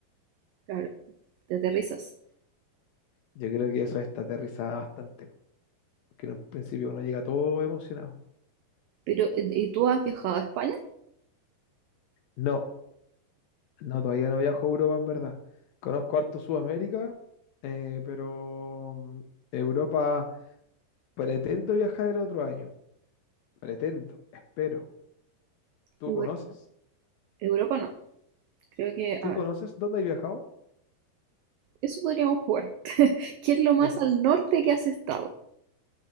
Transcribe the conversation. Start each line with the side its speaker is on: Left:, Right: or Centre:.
Right: claro. Te aterrizas.
Left: Yo creo que eso está aterrizada bastante, po, porque en un principio uno llega todo emocionado.
Right: Pero, eh, ¿y tú has viajado a España?
Left: No, no, todavía no viajo a Europa en verdad. Conozco harto Sudamérica, eh, pero mm, Europa pretendo viajar el otro año. Pretendo, espero. ¿Tú
Right: Euro-
Left: conoces?
Right: Europa no. Creo que,
Left: ¿Qué
Right: a ver,
Left: conoces? ¿Dónde has viajado?
Right: eso podríamos jugar. <laughs> ¿Qué es lo más
Left: Es
Right: al norte que has estado?